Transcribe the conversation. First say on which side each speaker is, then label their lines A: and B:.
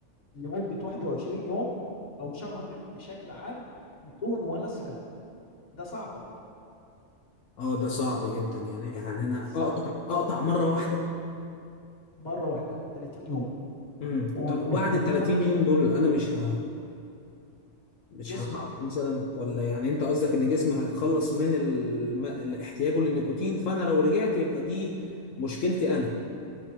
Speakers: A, on the left; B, on the left.
A: لمدة 21 يوم او شهر بشكل عام بدون ولا سيجار ده صعب أوي.
B: اه ده صعب جدا يعني يعني انا
A: صعب
B: اقطع
A: ج-
B: اقطع مره واحده
A: مرة واحدة 30 يوم
B: امم
A: و...
B: طب وبعد
A: وت- وتتخلص
B: ال 30 يوم دول انا مش ه مش
A: جسمك
B: هضعف مثلا ولا يعني انت قصدك ان جسمي هيتخلص من الم... احتياجه للنيكوتين فانا لو رجعت يبقى دي مشكلتي انا